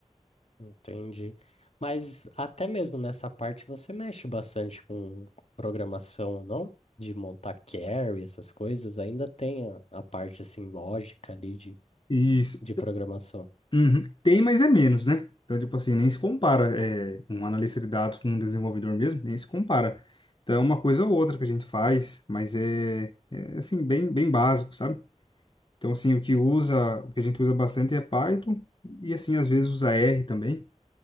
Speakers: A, on the left; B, on the left.
A: Entendi. Mas até mesmo nessa parte você mexe bastante com com programação, não? De montar carry, essas coisas, ainda tem a, a parte assim lógica ali de,
B: Isso.
A: de programação.
B: Uhum. Tem, mas é menos, né? Então, tipo assim, nem se compara é, um analista de dados com um desenvolvedor mesmo, nem se compara. Então, é uma coisa ou outra que a gente faz, mas é, é assim, bem, bem básico, sabe? Então, assim, o que usa, o que a gente usa bastante é Python e, assim, às vezes usa R também.